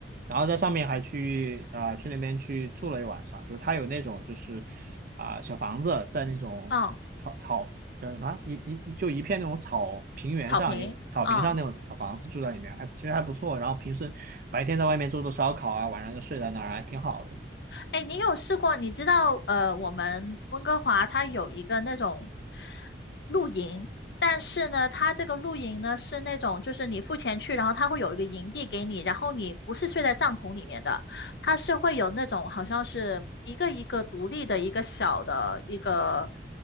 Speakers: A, on the right (about 50°); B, on the left (about 70°).
A: 然后在上面还去啊、去那边去住了一晚上，就是它有那种就是啊、小房子在那种草草叫什么一一就一片那种草平原上一个草坪上那种小房子住在里面，
B: 嗯，草坪，嗯。
A: 还其实还不错。然后平时白天在外面做做烧烤啊，晚上就睡在那儿，还挺好的。
B: 哎，你有试过？你知道，呃，我们温哥华它有一个那种露营，但是呢，它这个露营呢是那种，就是你付钱去，然后它会有一个营地给你，然后你不是睡在帐篷里面的，它是会有那种好像是一个一个独立的一个小的一个